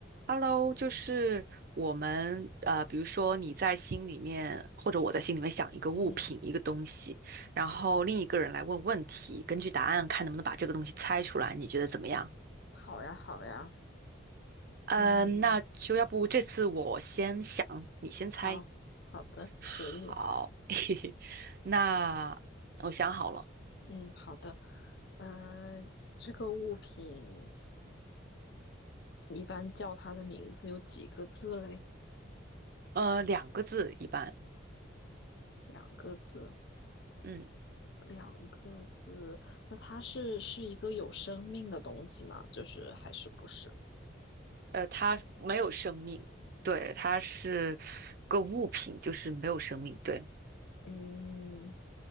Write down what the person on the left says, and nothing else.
嗯，
好呀，好呀，
嗯，
好，好的，
可以，
嗯，好的，呃，这个物品一般叫它的名字有几个字嘞？
两个字，
两个字，那它是是一个有生命的东西吗？就是还是不是？
嗯，